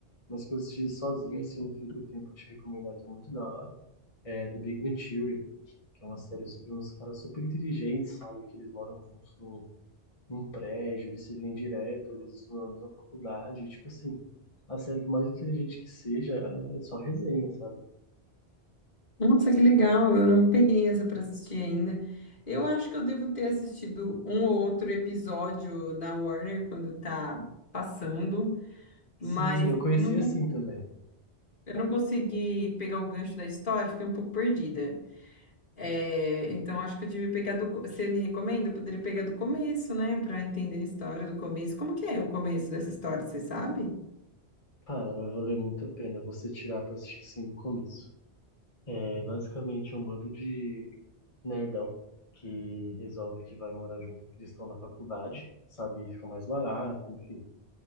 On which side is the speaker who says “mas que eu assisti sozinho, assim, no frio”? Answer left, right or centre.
Left